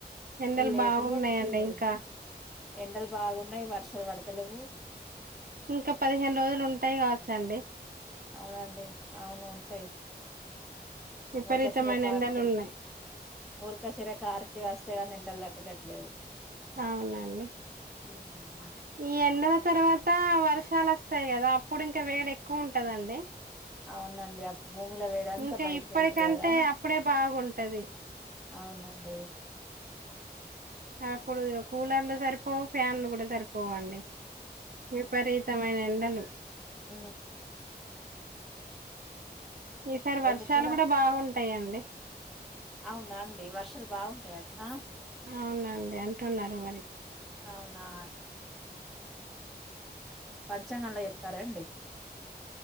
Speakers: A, on the right (about 60°); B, in the centre.
A: ఎండలు
B: ఏ లేటుగా
A: బాగున్నాయండి
B: వచ్చింది.
A: ఇంకా
B: ఎండలు బాగున్నాయి వర్షాలు పడతాలేవు.
A: ఇంకా పదిహేను రోజులు ఉంటాయి కావచ్చ అండి.
B: అవునండి అవును ఉంటాయి.
A: విపరీతమైన
B: మృగశిర కార్తి
A: ఎండలు ఉన్నాయి
B: మృగశిర కార్తి వస్తే గాని ఎండలు తగ్గేటట్లేవు.
A: అవునండి
B: మ్
A: ఈ ఎండల తర్వాత వర్షాలు వస్తాయి కదా? అప్పుడు ఇంకా వేడి ఎక్కువ ఉంటాదండి.
B: ఆవునండి, అప్పుడు భూమిలో వేడింతా
A: ఇంకా
B: బయటికి
A: ఇప్పటికంటే
B: వెళ్తాది కదా
A: అప్పుడే బాగుంటది
B: అవునండి
A: అప్పుడు కూలర్లు సరిపోవు, ఫ్యాన్లు కూడా సరిపోవు. పోవండి. విపరీతమైన ఎండలు.
B: మ్
A: ఈసారి వర్షాలు
B: ఎన్ని కూల
A: కూడా బాగుంటాయండి.
B: అవునా అండి, వర్షాలు బాగుంటాయి అంటనా?
A: అవునండి అంటున్నారు మరి.
B: అవునా పంచాంగంలో చెప్పారాండి?